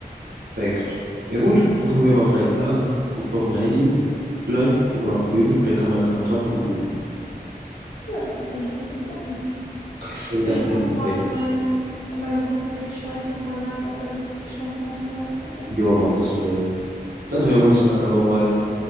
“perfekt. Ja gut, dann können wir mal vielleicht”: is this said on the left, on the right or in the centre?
Right